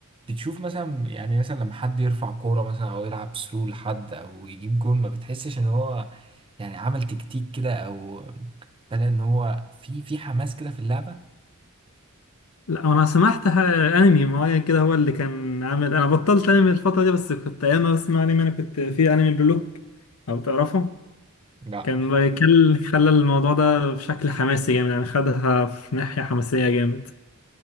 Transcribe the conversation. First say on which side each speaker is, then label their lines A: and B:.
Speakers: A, on the right; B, on the left.
A: بتشوف مثلا يعني مثلا لما حد يرفع كورة مثلا أو يلعب ثرو لحد أو يجيب جون ما بتحسش إن هو يعني عمل تكتيك كده أو بدأ إن هو في في حماس كده في اللعبة
B: لا أنا سمعت ح- أنمي معين كده هو اللي كان عامل أنا بطلت أنمي الفترة دي بس كنت أيام ما بسمع أنمي أنا كنت في أنمي بلوك أو تعرفه
A: لا
B: كان
A: مش
B: بيكل
A: عارف
B: خلى الموضوع ده بشكل حماسي جامد يعني خدها في ناحية حماسية جامد